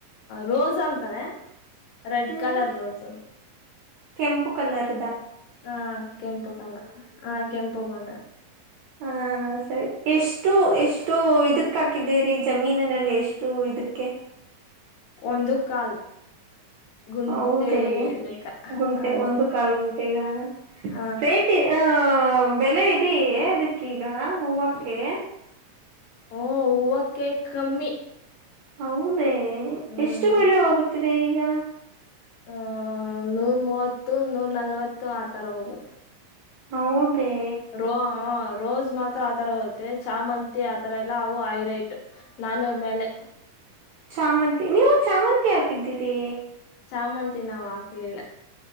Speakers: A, on the left (about 85°); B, on the right (about 80°).
A: ರೋಸ್ ಅಂತಾರೆ ರೆಡ್
B: ಹ್ಮ್
A: ಕಲರ್ ರೋಸ್
B: ಕೆಂಪು ಕಲರ್
A: ಹಾ ಕೆಂಪು ಕಲರ ಹಾ ಕೆಂಪು ಬಣ್ಣದ್
B: ಹ ಹ ಹ ಸರಿ ಎಷ್ಟು ಎಷ್ಟು ಇದಕ್ಕ ಹಾಕಿದ್ದೀರಿ ಜಮೀನಿನಲ್ಲಿ ಎಷ್ಟು ಇದಿಕ್ಕೆ
A: ಒಂದು ಕಾಲ್ ಗುಂಟೆ
B: ಹೌದೇ
A: ಲೆಕ್ಕ
B: ಗುಂಟೆ
A: ಹ
B: ಒಂದು ಕಾಲ್ ಗುಂಟ್ ತೇಗ
A: ಹ
B: ಪೇಟಿ ಆ ಹ ಬೆಲೆ ಇದೀಯೆ ಅದಕ್ಕೀಗ ಹೂವಕ್ಕೆ
A: ಓ ಹೂವಕ್ಕೆ ಕಮ್ಮಿ.
B: ಹೌದೇ
A: ಹ್ಮ್
B: ಎಷ್ಟು ಬೆಳೆ ಹೋಗುತ್ತಿದೆ ಈಗ.
A: ಹ ನೂರ್ ಮೂವತ್ತು ನೂರ್ ನಲ್ವತ್ತು ಆತರ ಹೋಗುತ್ತೆ.
B: ಹೌದೇ
A: ರೋ ಹ ರೋಸ್. ಇದ್ ಮಾತ್ರ ಆತರ ಹೊತ್ತೆ ಚಾಮಂತಿ ಆತರ ಎಲ್ಲಾ ಅವು ಐರೈಟ್ ನಾನೂರ್ ಮೇಲೆ.
B: ಚಾಮಂತಿ ನೀವು ಚಾಮಂತಿ ಹಾಕಿದ್ದೀರಿ.
A: ಚಾಮಂತಿ ನಾವ್ ಹಾಕ್ಲಲ್ಲಿ.